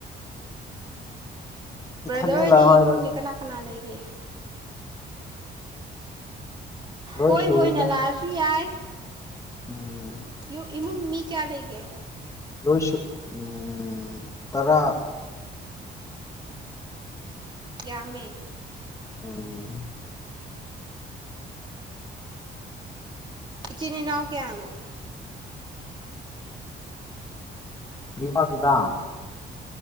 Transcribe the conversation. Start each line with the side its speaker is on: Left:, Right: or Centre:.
Right: ꯕ꯭ꯔꯗꯔ
Left: ꯏꯊꯟꯗ
Right: ꯍꯣꯏꯗꯤ
Left: ꯂꯥꯛꯑꯣ ꯍꯥꯏꯔꯣꯏ
Right: ꯏꯃꯨꯡꯗꯤ ꯀꯅꯥ ꯀꯅꯥ ꯂꯩꯒꯦ
Left: ꯂꯣꯏ
Right: ꯀꯣꯏꯕ
Left: ꯁꯨꯏꯗ
Right: ꯑꯣꯏꯅ ꯂꯥꯛꯑꯁꯨ ꯌꯥꯏ
Left: ꯎꯝ
Right: ꯌꯨ ꯏꯃꯨꯡ ꯃꯤ ꯀꯌꯥ ꯂꯩꯒꯦ
Left: ꯂꯣꯏ ꯁꯨ ꯎꯝ ꯇꯔꯥ
Right: ꯌꯥꯝꯃꯦ
Left: ꯎꯝ
Right: ꯏꯆꯤꯟ ꯏꯅꯥꯎ ꯀꯌꯥꯅꯣ
Left: ꯅꯨꯄꯥ <unintelligible>